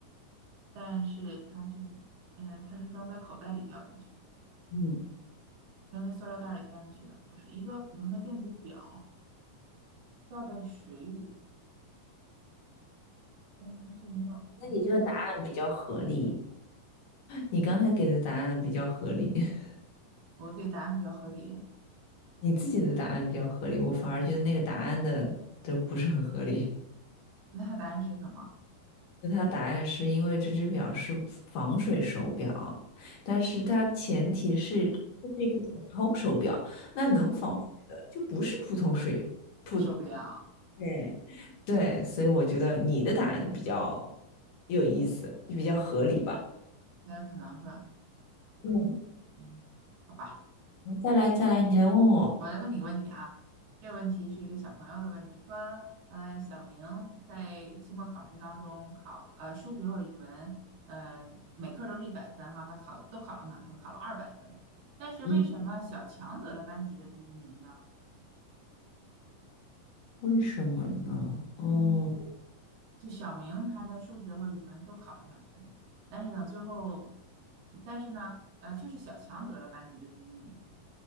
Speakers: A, on the right; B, on the left.
A: 但是它却，嗯、它是装在口袋里掉进去的。
B: 嗯，
A: 装在塑料袋里掉进去的，不是一个普通的电子表掉在水里，但是它却没有停下来。
B: 那你这个答案比较合理，你刚才给的答案比较合理，<laughs>
A: 我自己答案比较合理，
B: 你自己的答案比较合理，我反而觉得那个答案的都不是很合理。
A: 那它答案是什么？
B: 那他答案是因为这只表是防水手表，但是它前提是这是一个普通手表，那能防水的就不是普通水普，
A: 啊，手表。
B: 对，对，所以我觉得你的答案比较有意思，就比较合理吧。
A: 那有可能是吧，
B: 嗯
A: 嗯，好吧，
B: 再来再来，你来问我。
A: 我来问你个问题啊。这个问题是一个小朋友的问题，说，呃，小明在期末考试当中考，呃，数学和语文，呃，每科都是一百分哈，他考都考了满分，考了二百分，但是为什么小强得了班级的第一名呢？
B: 嗯。为什么呢？嗯，
A: 嗯。就小明他的数学和语文都考了满分，但是呢，最后，但是呢，呃，却是小强得了班级的第一名。